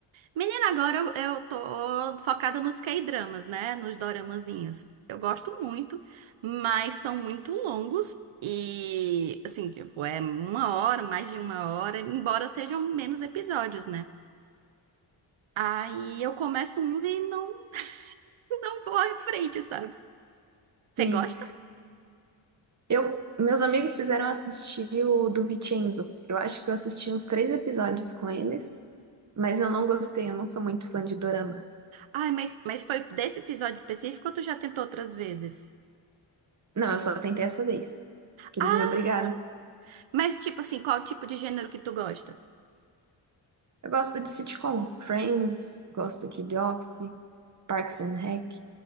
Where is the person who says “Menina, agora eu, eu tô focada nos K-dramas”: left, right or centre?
Right